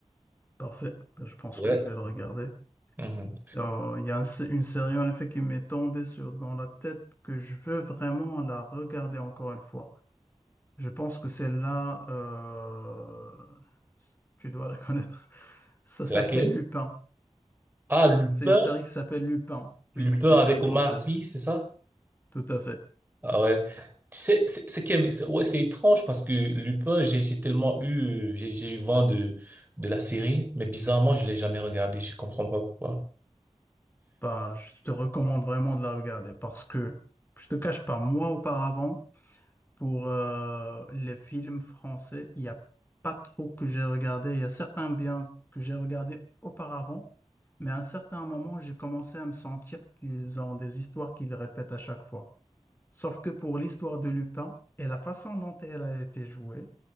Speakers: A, on the left; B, on the right.
A: Parfait. Ben, Je pense
B: Ouais.
A: que je vais le regarder.
B: Mhm.
A: Euh, Il y a un sé- une série en effet qui m'est tombée sur, dans la tête que je veux vraiment la regarder encore une fois. Je pense que celle-là, euh, tu dois la <laughs> connaître. Ça
B: C'est
A: s'appelle
B: laquelle?
A: Lupin.
B: Ah, Lupin,
A: C'est une série qui s'appelle Lupin.
B: Lupin
A: Oui, c'est une
B: avec
A: série
B: Omar
A: française.
B: Sy, c'est ça?
A: Tout à fait.
B: Ah ouais. Tu sais, c'est c'est quand même- c'est- ouais, c'est étrange parce que Lupin, j'ai j'ai tellement eu, euh, j'ai j'ai eu vent de de la série, mais bizarrement, je l'ai jamais regardé, je comprends pas pourquoi.
A: Bah, je te recommande vraiment de la regarder parce que je te cache pas, moi auparavant, Pour euh, les films français, il n'y a pas trop que j'ai regardé. Il y a certains biens que j'ai regardés auparavant, mais à un certain moment, j'ai commencé à me sentir qu'ils ont des histoires qu'ils répètent à chaque fois. Sauf que pour l'histoire de Lupin et la façon dont elle a été jouée,